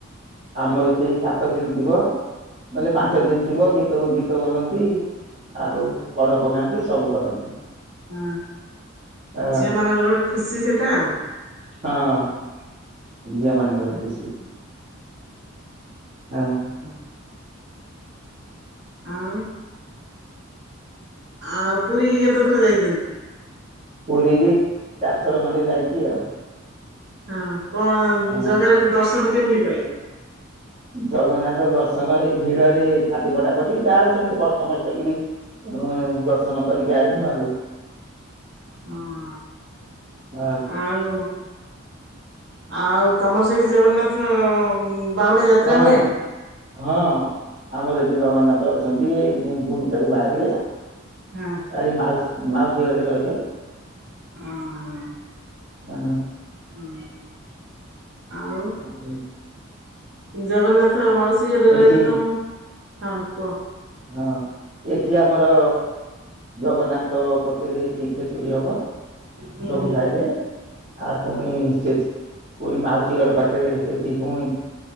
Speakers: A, on the right; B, on the right.
A: ଆମର ସେଇ ସାତ ଦିନ ଥିବ ନହେଲେ ପାଞ୍ଚ
B: ହଁ ହଁ
A: ଦିନ ଥିବ ଗୀ ତ ଗୀତ ବୋଲନ୍ତି ଆଉ କଢ ପକାନ୍ତି ସବୁ କରନ୍ତି।
B: ହୁଁ।
A: ହଁ
B: ଝିଅ ମାନଙ୍କର ଗୋଟେ ଖୁସି ସେଇଟା ଆଉ।
A: ହଁ ଝିଅ ମାନଙ୍କର ଖୁସି ହଁ
B: <inaudible> ଆଉ ଆଉ ପୁରୀ କି କେତେ ଥର ଯାଇଛନ୍ତି।
A: ପୁରୀକି ଚାରଥର ଖଣ୍ଡେ ଯାଇଛି ଆଉ।
B: ହଁ କଣ
A: ହଁ
B: ଜଗାର କ ଦର୍ଶନ କେମିତି କଲେ।
A: ଜଗନ୍ନାଥ ଦର୍ଶନ ଏ ଭିଡରେ ଛାତି ପଟାପଟି ଯାହା ହଉ ସେମିତି କଷ୍ଟମଷ୍ଟ କିରି ଉଁ ଦର୍ଶନ କରିକି ଆଇନୁ ଆଉ।
B: ହଁ
A: ହଁ
B: ଆଉ ଆଉ ତମର ସେଠି ଜଗନ୍ନାଥ ବାଉଡା ଯାତ୍ରା
A: ହଁ।
B: ହୁଏ ନା?
A: ହଁ ଆମର ଏଠି ଜଗନ୍ନାଥ ଅଛନ୍ତି ଏ ଗୁଣ୍ଡିିଚାକୁ ବାହାରିବେ।
B: ହଁ।
A: କାଲି ମାଉସୀ ମାଉସୀ ଘରେ ରହିବେ
B: ହଁ
A: ହ।
B: ହୁଁ ଆଉ।
A: <inaudible>
B: ଜଗନ୍ନାଥ ମାଉସୀ ଘରେ
A: ଏଠି
B: ରହିଲେ ତମ ହଁ କୁହ।
A: ହଁ ଏଠି ଆମର ଜଗନ୍ନାଥ କତିରେ ଏଠି ଛେଚୁଡି ହବ
B: ହୁଁ
A: ସବୁ
B: ହୁଁ
A: ଖାଇବେ ଆଉ ପୁଣି ସେ ପୁଣି ମାଉସୀ ଘର ପାଖରେ ସେଠି ପୁଣି